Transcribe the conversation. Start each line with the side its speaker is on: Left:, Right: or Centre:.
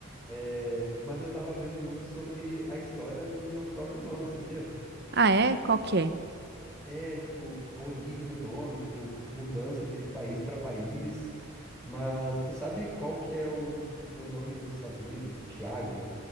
Centre: É, mas eu tava vendo muito sobre a história do meu próprio nome, sabia?
Right: Ah, é? Qual que é?
Centre: É, tipo, a origem do nome, tipo, mudança de país pra país. Mas tu sabe qual que é o meu nome nos Estados Unidos? Tiago?